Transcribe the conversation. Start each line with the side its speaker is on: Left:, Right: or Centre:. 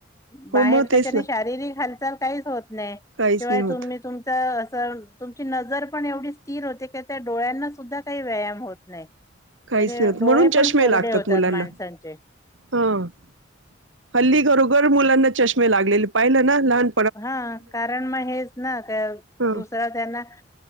Left: बाहेर
Right: हो मग
Left: त्याच्याने
Right: तेच ना
Left: शारीरिक हालचाल काहीच होत नाही शिवाय
Right: काहीच नाही होत
Left: तुम्ही तुम असं तुमची नजर पण एवढी स्थिर होते की त्या डोळ्यांना सुद्धा काही व्यायाम होत नाही
Right: काहीच
Left: म्हणजे
Right: नाही होत
Left: डोळे
Right: म्हणून
Left: पण
Right: चष्मे
Left: कोरडे
Right: लागतात
Left: होतात
Right: मुलांना
Left: माणसांचे
Right: हा, हल्ली घरोघर मुलांना चष्मे लागलेले पाहिलं ना लहान
Left: हा कारण मग हेच ना त्या
Right: हा
Left: दुसरा त्यांना